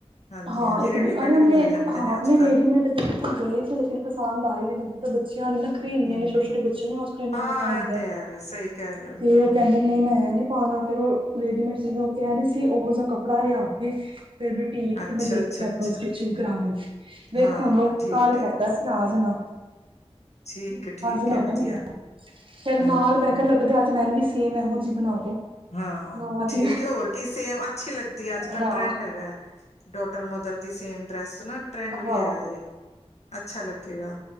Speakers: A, on the left; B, on the right.
A: ਹਾਂਜੀ-ਹਾਂਜੀ
B: ਹਾਂ, ਇੱਕ
A: ਰੈਡੀਮੇਡ
B: ਦਿ ਅਰੇ
A: ਵੀ
B: ਓਨੇ
A: ਮਿਲ ਜਾਂਦੇ
B: ਹਾਂ
A: ਨੇ ਅੱਜ-ਕੱਲ
B: ਨਈ ਰੇਡੀਮੇਡ ਦੇ ਗਏ ਸੀ ਲੇਕਿਨ ਪਸੰਦ ਆਏ ਨੀ। <unintelligible> ਏੱਕ ਬੱਚਿਆਂ ਦੀ ਨਖਰੇ ਈ ਇੰਨੇ
A: ਹੂੰ
B: ਨੇ ਸ਼ੋ ਸ਼ੋ ਟੇ ਬੱਚਿਆਂ ਨੂੰ ਅੱਜ-ਕੱਲ ਇੰਨਾ
A: ਹਾਂ
B: ਪਤਾ ਲੱਗਦੈ
A: ਇਹ ਤੇ ਹੈ ਵੇ ਸਹੀ ਕਹਿ ਰਹੇ ਹੋ
B: ਤੇ ਓ ਕੈਂਦੇ
A: ਹੂੰ-ਹੂੰ
B: ਨੇ ਮੈਂ ਐ ਨੀ ਪਾਨਾ ਫੇਰ ਓ ਰੇਡੀਮੇਡ ਸਿਵੇ ਓ ਕੈ ਰੀ ਸੀ ਓਹੋ ਜਾ ਕੱਪੜਾ ਲਿਆ ਕੇ ਫੇਰ ਬਿਊਟੀਕ
A: ਅੱਛਾ-ਅੱਛਾ-ਅੱਛਾ
B: ਤੇ ਮੈਂ ਦੇ ਕੇ ਆਨਾਂ ਸਟਿਚਿੰਗ ਕਰਾਨ ਨਈ। ਵੇਖੋ
A: ਹਾਂ
B: ਹੂਨ ਓ
A: ਠੀਕ
B: ਕਾਲ
A: ਏ।
B: ਕਰਦੈ ਰਾਜਮਾਂ
A: ਠੀਕ ਐ, ਠੀਕ।
B: ਏਨਾਂ
A: ਏ
B: ਹਲਕਾ
A: ਵਧੀਆ
B: ਨੀ ਲਿਆ ਨਾ। ਫੇਰ
A: ਹੂੰ
B: ਨਾਲ ਮੈਂ ਕੈ ਲੱਗਦੇ ਹੱਥ ਮੈਨੰ ਵੀ ਸੇਮ ਐਹੋ ਜੀ ਬਨਾ ਦੋ।
A: ਹਾਂ,
B: ਮੈਂ
A: ਠੀਕ
B: ਦੀ
A: ਏ, ਹੋਰ ਕੀ, ਸੇਮ ਅੱਛੀ ਲੱਗਦੀ ਏ। ਅੱਜ-ਕੱਲ
B: ਹਾਂ
A: ਟ੍ਰੈਂਡ ਹੈਗੈ। ਡੋਟਰ ਮਦਰ ਦੀ ਸੇਮ ਡਰੈਸ ਨਾ ਟ੍ਰੈਂਡ
B: ਹਾਂ
A: ਵੀ ਹੈਗਾ ਜੇ। ਅੱਛਾ ਲੱਗੇਗਾ।